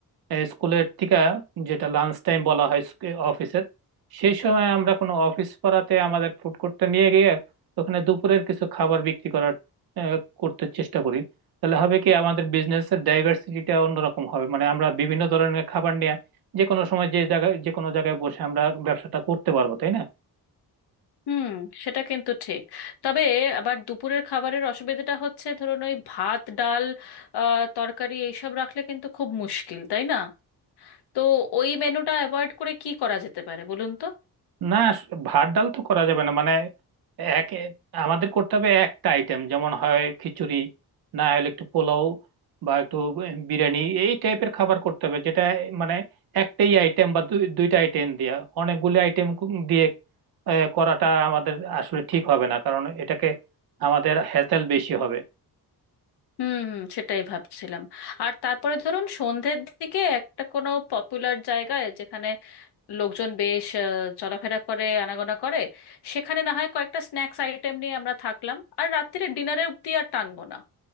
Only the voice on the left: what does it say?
হুম সেটা কিন্তু ঠিক তবে আবার দুপুরের খাবারের অসুবিধাটা হচ্ছে ধরুন ওই ভাত ডাল আহ, তরকারি এইসব রাখলে কিন্তু খুব মুশকিল তাই না তো ওই মেনুটা অ্যাভয়েড করে কি করা যেতে পারে বলুন তো
হুম হুম সেটাই ভাবছিলাম আর তারপরে ধরুন সন্ধ্যের দিকে একটা কোনো পপুলার জায়গায় যেখানে লোকজন বেশ আহ, চলাফেরা করে আনাগোনা করে সেখানে না হয় কয়েকটা স্ন্যাক্স আইটেম নিয়ে আমরা থাকলাম আর রাত্তিরে ডিনারে অব্দি আর টানবো না